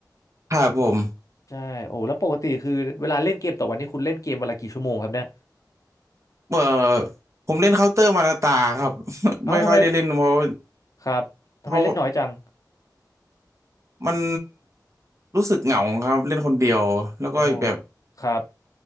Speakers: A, on the right; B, on the left.
A: ครับผม
B: ใช่โอ้แล้วปกติคือเวลาเล่นเกมต่อวันนี้คุณเล่นเกมวันละกี่ชั่วโมงครับเนี่ย
A: เอ่อผมเล่นเคาน์เตอร์มาตาครับ <laughs>
B: เอ้าทำไม
A: ไม่ค่อยได้เล่นเพราะ
B: ครับทำไมเล่นน้อยจัง
A: เพราะมันรู้สึกเหงาครับเล่นคนเดียวแล้วก็แบบ
B: โอ้ครับ